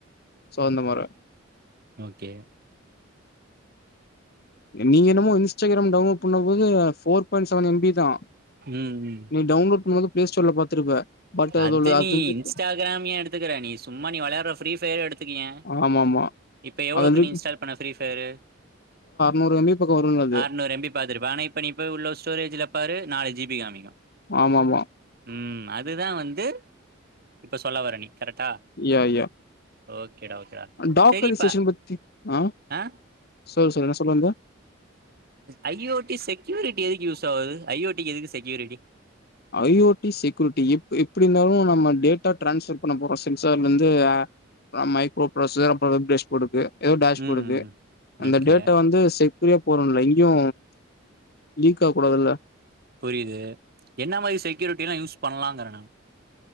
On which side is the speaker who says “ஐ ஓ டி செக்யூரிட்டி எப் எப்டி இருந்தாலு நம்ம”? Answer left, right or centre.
Left